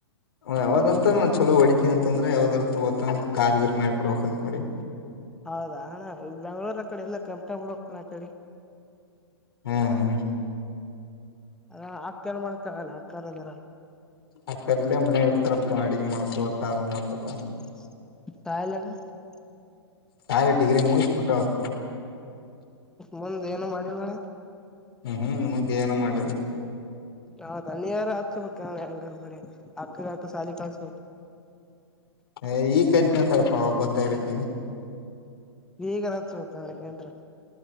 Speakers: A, on the left (about 60°); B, in the centre.
A: ಯಾವ್ದಂತ ನಾನು ಚಲೋ ಹೊಡಿತೀನಿ ಅಂತ ಅಂದ್ರೆ ಯಾವ್ದಾದ್ರು ತತ ಕಾರ್ ಗಿರ್ ಮಾಡ್ಕಡ್ಬೇಕ ಅಂತ ಮಾಡಿ
B: ಹೌದಾ ಹಣ್ಣ ಬೆಂಗ್ಳೂರ್ ಅ ಕಡೆ ಎಲ್ಲ ಕೆಂಪಟ ಹುಡಣ ಅ ಕಡೆ
A: ಹ್ಮ್ ಹ್ಮ್
B: ಅಲ್ಲ ಆಕ್ಕಲ್ಲ ಮಾಡತ್ತ ಆಗಲ್ಲ ಆಕ್ಕಾರದಾರಲ್ಲ
A: ಆ ಸರಿಲ್ಲೇ ಮನೆ ಇರ್ತಾರಪ್ಪ ಅಡಿಗೆ ಮಾಡ್ಕೊತ್ ಮಾಡ್ಕೊತ
B: <unintelligible>
A: ಶಾಲೆ ಡಿಗ್ರಿ ಮುಗಿಸ್ಬಿಟ್ಟಪ್ಪ.
B: ಮುಂದ್ ಏನು ಮಾಡಿಲ್ಲ.
A: ಹ್ಮ್ ಹ್ಮ್ ಮುಂದೆ ಏನು ಮಾಡ್ಲಿಲ್ಲ.
B: ಹಾ <unintelligible> ಹೆಂಗನ ಮಾಡಿ ಅಕ್ಕತು ಸಾಲಿ ಕಸ
A: ಏ ಈಗ ಕಲ್ತೀನ ಅಂತಾವಪ್ಪ ಅವಾಗ ಗೊತ್ತಾಗಲಿಕ್ಕೆ
B: ಈಗ ರತ್ತಿ ಏನ್ರಿ